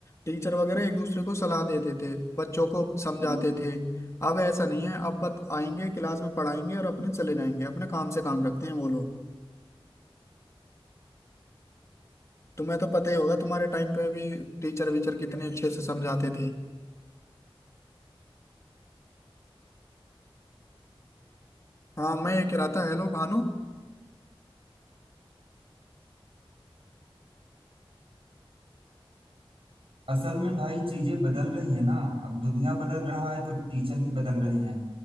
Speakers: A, on the left (about 30°); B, on the right (about 70°).
A: टीचर वगैरह एक दूसरे को सलाह देते थे बच्चों को समझाते
B: हाँ।
A: थे अब ऐसा नहीं है अब बत आएंगे क्लास में पढ़ाएंगे और अपने चले जाएंगे अपने काम से काम रखते हैं वो लोग तुम्हें तो पता ही होगा तुम्हारे टाइम पे भी टीचर वीचर कितने अच्छे से समझाते थे हाँ मैं ये कह रहा था हेलो भानु
B: असल में भाई चीजें बदल रही हैं ना अब दुनिया बदल रहा है तो टीचर भी बदल रहे हैं